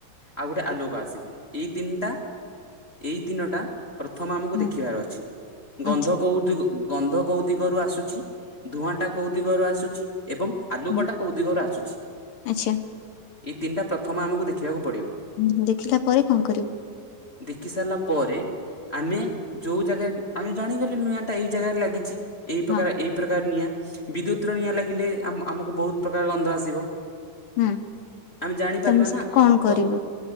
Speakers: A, on the left (about 30°); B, on the left (about 70°).
A: ଆଉ ଗୋଟେ ଆଲୋକ ଆସିବ, ଏଇ ତିନିଟା ଏଇ ତିନୋଟା ପ୍ରଥମ ଆମକୁ
B: ହୁଁ
A: ଦେଖିବାର ଅଛି ଗନ୍ଧ
B: ଆଚ୍ଛା
A: କୋଉଦିଗ ଗନ୍ଧ କୋଉ ଦିଗରୁ ଆସୁଛି ଧୂଆଁଟା କୋଉ ଦିଗରୁ ଆସୁଛି ଏବଂ ଆଲୁକଟା
B: ହୁଁ
A: କୋଉ ଦିଗରୁ ଆସୁଛି
B: ଆଚ୍ଛା
A: ଏଇ ତିନିଟା ପ୍ରଥମ ଆମକୁ ଦେଖିବାକୁ ପଡିବ।
B: ହୁଁ ଦେଖିଲା ପରେ କଣ କରିବୁ?
A: ଦେଖି ସାରିଲା ପରେ ଆମେ ଯୋଉ ଜାଗାରେ ଆମେ ଜାଣିଗଲେ ନୂଆଁ ଟା ଏଇ ଜାଗାରେ ଲାଗିଛି। ଏଇ ପ୍ରକାର
B: ହଁ
A: ଏଇ ପ୍ରକାର ନିଆଁ ବିଦ୍ୟୁତ ର ନିଆଁ ଲାଗିଲେ ଆମ ଆମକୁ ବହୁତ ପ୍ରକାର ଗନ୍ଧ ଆସିବ।
B: ହୁଁ
A: ଆମେ ଜାଣିପାରିବା
B: ତମେ ସେଠି
A: ନା
B: କଣ କରିବ
A: ତ